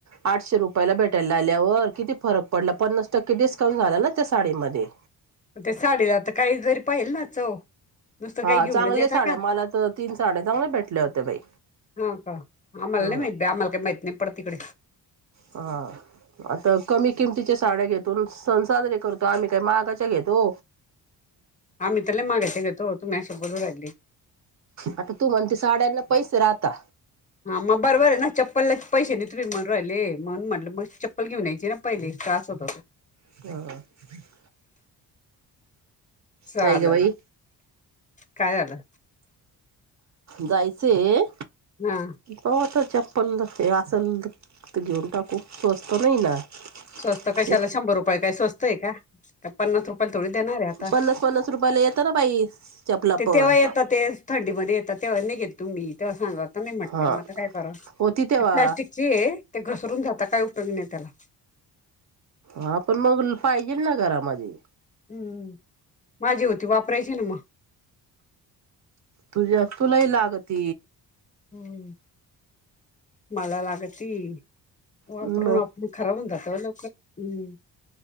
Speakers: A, on the right; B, on the left.
A: आठशे रुपयाला भेटायला आल्यावर किती फरक पडला पन्नास टक्के डिस्काउंट झाला ना त्या साडीमध्ये
B: ते साडीला तर काही जरी पाहिल ना चव नुसतं
A: हा
B: काही घेऊनच
A: चांगले
B: येता
A: साड्या
B: का?
A: मला तर तीन साड्या चांगल्या भेटल्या होत्या बाई
B: हा का आम्हा
A: ह
B: नाही माहित आम्हाला का माहत नाही पडते इकडे
A: हा आता कमी किमतीच्या साड्या घेतून सण साजरे करतो आम्ही काही महागाच्या घेतो
B: आम्ही तर लय मागायचे गेतो तुम्ही सोबतून राहिली
A: आता तू म्हणते साड्यांना पैसे राहता
B: हां मग बरबर आहे ना चप्पलला पैसे नाही तुम्ही म्हणून राहिले म्हण म्हटले मग चप्पल घेऊन यायची ना पहिले त्रास होत होो
A: ह <unintelligible>
B: चालल
A: नाही ग बाई
B: काय आलं
A: जायचंय
B: हा
A: बाच चप्पल हे असल घेऊन टा खूप स्वस्त नाही ना
B: स्वस्त कशाला
A: ते
B: शंभर रुपये काय स्वस्त आहे का पन्नास रुपये थोडी देणार आहे आता
A: पन्नास पन्नास रुपयाला येतं ना बाई चपला
B: ते
A: पण
B: तेव्हा येतात ते थंडी मध्ये येतात तेव्हा नाही घेत तुम्ही तेव्हा सांगा नाही म्हटले
A: हा
B: म काय कर
A: होती तेव्हा
B: ते प्लॅस्टिकचे ते घसरून जात काय उपयोग नाही त्याला
A: हा पण मग पाहिजेल ना घरामध्ये
B: हम्म माझी होती वापरायची ना मग
A: तुझ्या तुलाही लाग त
B: हम्म मला लागती वापरून
A: म
B: वाप खरा होण जात लवकर हम्